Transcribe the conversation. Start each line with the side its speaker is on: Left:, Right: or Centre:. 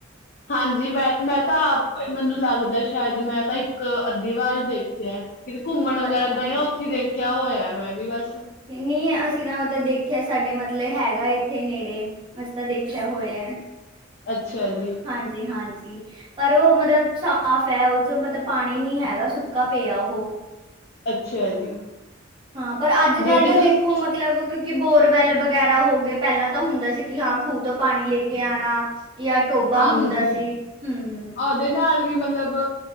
Left: ਹਾਂਜੀ, ਮੈਂ-ਮੈਂ ਤਾਂ ਆਪ ਮੈਨੂੰ ਲੱਗਦਾ ਸ਼ਾਇਦ ਮੈਂ ਤਾਂ ਇੱਕ ਅੱਧੀ ਵਾਰ ਹੀ ਦੇਖਿਆ। ਕਿਤੇ ਘੁੰਮਣ ਵਗੈਰਾ
Right: ਅੱਛਾ
Left: ਗਏ
Right: ਅੱਛਾ
Left: ਹੋਏ, ਉੱਥੇ ਦੇਖਿਆ ਹੋਇਆ ਮੈਂ ਵੀ ਬਸ।
Right: ਨੀ ਅਸੀਂ ਤਾਂ ਮਤਲਬ ਦੇਖਿਆ ਸਾਡੇ ਮਤਲਬ ਹੈਗਾ ਇੱਥੇ ਨੇੜੇ। ਅਸੀ ਤਾਂ ਦੇਖਿਆ ਹੋਇਆ।
Left: ਅੱਛਾ ਜੀ।
Right: ਹਾਂਜੀ-ਹਾਂਜੀ। ਪਰ ਉਹ ਮਤਲਬ ਸਾਫ ਹੈ ਉਹ ਚ ਮਤਲਬ ਪਾਣੀ ਨੀ ਹੈਗਾ ਸੁੱਕਾ ਪਿਆ ਉਹ।
Left: ਅੱਛਾ ਜੀ।
Right: ਹਾਂ, ਪਰ ਅੱਜ-ਕੱਲ੍ਹ
Left: ਜਿਹੜੀ
Right: ਤੇ
Left: ਤੁਸੀਂ,
Right: ਦੇਖੋ ਮਤਲਬ ਕਿਉਂ ਕਿ ਬੋਰਵੈਲ ਵਗੈਰਾ ਹੋ ਗਏ ਪਹਿਲਾਂ ਤਾਂ ਹੁੰਦਾ ਸੀ ਕਿ ਹਾਂ ਖੂਹ ਤੋਂ ਪਾਣੀ ਲੈ ਕੇ ਆਣਾ ਯਾ ਟੋਬਾ
Left: ਹਾਂਜੀ।
Right: ਹੁੰਦਾ ਸੀ, ਹੂੰ।
Left: ਉਹਦੇ ਨਾਲ ਵੀ ਮਤਲਬ